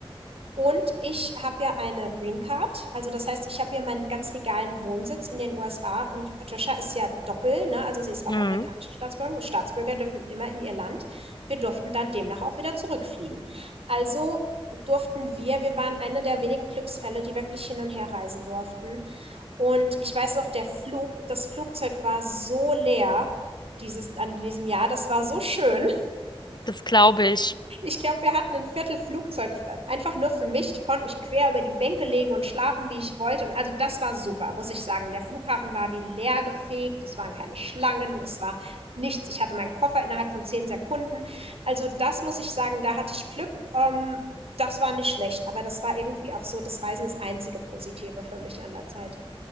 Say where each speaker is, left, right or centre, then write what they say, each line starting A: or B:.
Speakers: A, on the right; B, on the left.
A: Und ich habe ja eine Green Card. Also das heißt, ich habe ja meinen ganz legalen Wohnsitz in den USA und Patricia ist ja doppel, ne? Also sie ist auch
B: Mhm.
A: amerikanische Staatsbürgerin. Staatsbürger dürfen immer in ihr Land. Wir durften dann demnach auch wieder zurückfliegen. Also durften wir, wir waren eine der wenigen Glücksfälle, die wirklich hin und her reisen durften. Und ich weiß noch, der Flug das Flugzeug war so leer dieses an diesem Jahr, das war so schön.
B: Das glaube ich.
A: Ich glaube, wir hatten ein Viertel Flugzeug einfach nur für mich. Ich konnte mich quer über die Bänke legen und schlafen, wie ich wollte. Und also, das war super, muss ich sagen. Der Flughafen war wie leer gefegt es waren keine Schlangen, es war nichts. Ich hatte meinen Koffer innerhalb von 10 Sekunden. Also, das muss ich sagen, da hatte ich Glück. Ähm, das war nicht schlecht, aber das war irgendwie auch so, das Reisen, ist das einzige Positive für mich an der Zeit.